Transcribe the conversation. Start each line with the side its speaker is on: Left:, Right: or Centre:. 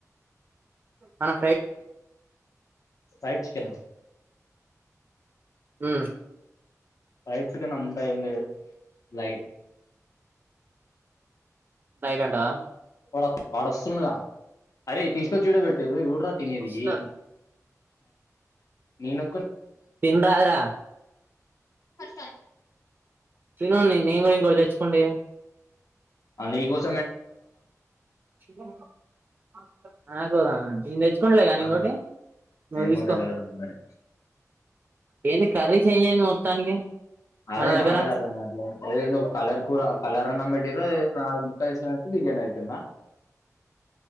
Right: హనా
Left: ఫ్రైడ్ చికెనా
Right: మ్మ్
Left: ఫ్రైడ్ కనీ అంతా ఏమి లేదు, లైట్
Right: లైట్ అంటవా
Left: వాడు వాడ వస్తుండగా అరే తీసుకొచ్చిడ పెట్టిర్రు యు వర్రా తినేదియి
Right: వస్తాడు
Left: నేను
Right: తిన్ రాదరా
Left: ర్సా
Right: తినోండి నేను కూడా ఇంకోటీ తెచ్చుకుంట ఇగా
Left: అ నీకోస్
Right: ఇగ <unintelligible>
Left: ఆ
Right: ఇంకోటి నువ్వు
Left: ఏమో
Right: తీసుకో
Left: దేల్వదు నాకు మరీ,
Right: ఏంది కర్రీ చేంజ్ అయింది మొత్తానికి
Left: అదే
Right: మన దగ్గర
Left: నాగద అర్ధం కట్లే అదేందో కలర్ కూర కలర్ అన్నం పెట్టిర్రో ఏందో నాలుగు ముక్కల్ ఎస్కు బిర్యానీ అయిపొందా